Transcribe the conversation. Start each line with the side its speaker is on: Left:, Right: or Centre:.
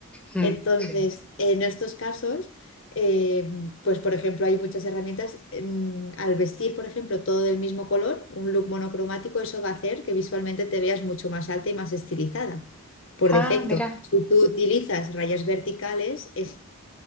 Centre: mm,
Left: Entonces,
Centre: mm, sí.
Left: en estos casos, eh, pues por ejemplo, hay muchas herramientas. en- al vestir, por ejemplo, todo del mismo color, un look monocromático, eso va a hacer que visualmente te veas mucho más alta y más estilizada, por
Centre: Ah,
Left: defecto.
Centre: mira.
Left: Si tú utilizas rayas verticales, es